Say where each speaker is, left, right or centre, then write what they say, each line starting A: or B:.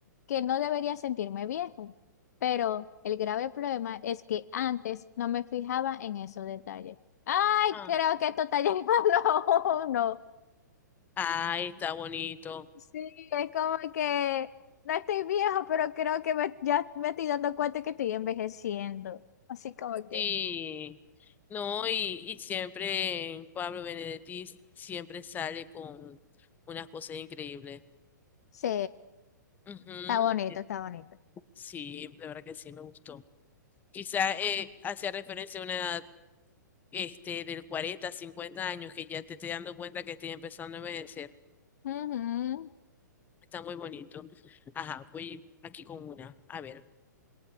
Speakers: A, on the left; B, on the left.
A: que no debería sentirme viejo, pero el grave problema es que antes no me fijaba en esos detalles. Ay,
B: Ah.
A: creo que esto está <laughs> llegando a uno.
B: Ay, está bonito.
A: Sí, es como que no estoy viejo, pero creo que me- ya me estoy dando cuenta que estoy envejeciendo. Así como que...
B: Sí, no, y, y siempre Pablo Benedetti siempre sale con unas cosas increíbles.
A: Sí,
B: Ujú,
A: está bonito, está bonito.
B: Sí, de verdad que sí, me gustó. Quizás hacía referencia a una edad este, del 40, 50 años que ya te estoy dando cuenta que estoy empezando a envejecer.
A: Ujú,
B: Está muy bonito. Ajá, voy aquí con una. A ver,